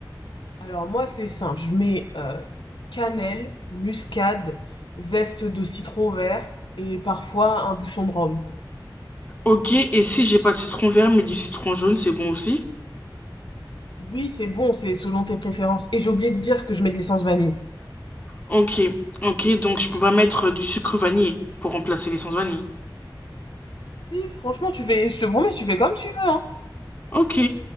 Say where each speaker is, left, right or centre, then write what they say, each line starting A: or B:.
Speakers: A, on the left; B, on the left.
A: Alors, moi, c'est simple. Je mets euh, cannelle, muscade, zeste de citron vert et parfois un bouchon de rhum.
B: Ok, et si j'ai pas de citron vert, mais du citron jaune, c'est bon aussi?
A: Oui, c'est bon, c'est selon tes préférences. Et j'ai oublié de dire que je mets de l'essence vanille.
B: Ok, ok, donc je peux pas mettre du sucre vanillé pour remplacer l'essence vanille.
A: Si, franchement, tu fais, je te promets, tu fais comme tu veux, hein.
B: Ok.